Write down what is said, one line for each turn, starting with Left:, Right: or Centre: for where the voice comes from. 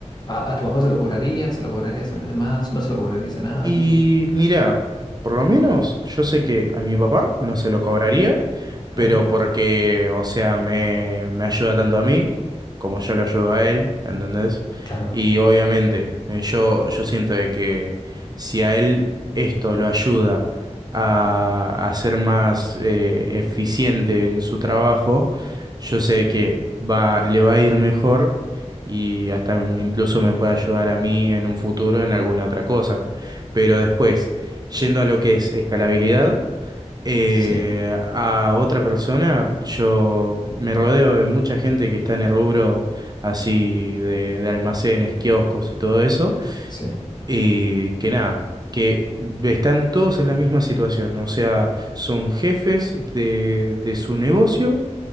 Left: ¿A, a tu papá se lo cobrarías? ¿Se lo cobrarías a los demás? ¿No se lo cobrarías a nadie?
Right: Y mira, por lo menos yo sé que a mi papá no se lo cobraría,
Left: Claro,
Right: pero porque, o sea, me, me ayuda tanto a mí como yo lo ayudo a él, ¿entendés?
Left: claro.
Right: Y obviamente, eh, yo, yo siento de que si a él esto lo ayuda a, a ser más eh, eficiente en su trabajo, yo sé que va, le va a ir mejor y hasta incluso me puede ayudar a mí en un futuro en alguna otra cosa. Pero después, yendo a lo que es escalabilidad, eh,
Left: Sí,
Right: a otra persona, yo me rodeo de mucha gente que está en el rubro así de, de almacenes, kioscos y todo eso,
Left: sí,
Right: y que nada, que están todos en la misma situación, o sea, son jefes de, de su negocio